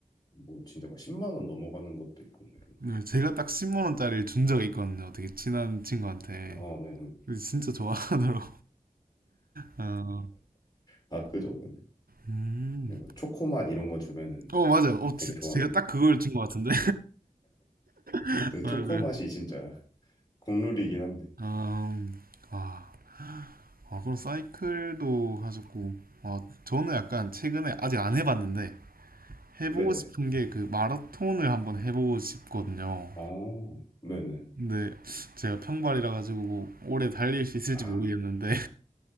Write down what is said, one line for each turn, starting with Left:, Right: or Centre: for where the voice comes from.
Left: 뭐 진짜 막 10만 원 넘어가는 것도 있고 막 이런.
Right: 네 제가 딱 10만 원짜리를 준 적이 있거든요. 되게 친한 친구한테
Left: 아, 네. 네.
Right: 근데 진짜 좋아하더라고. 아,
Left: 아, 그죠. 근데
Right: 음.
Left: 뭐 초코맛 이런 거 주면은
Right: 어, 맞아요. 어,
Left: 되게
Right: 제,
Left: 좋아하는
Right: 제가
Left: 거.
Right: 딱 그걸 친 것 같은데. <laughs>
Left: 그 초코
Right: 맞아요.
Left: 맛이 진짜 국룰이긴 한데.
Right: 음, 아, 아, 그럼 사이클도 하셨고, 아, 저는 약간 최근에 아직 안 해봤는데, 해보고
Left: 네네.
Right: 싶은 게 그 마라톤을 한번 해보고 싶거든요.
Left: 아, 네네.
Right: 근데 제가 평발이라 가지고 뭐 오래 달릴 수 있을지
Left: 아,
Right: 모르겠는데,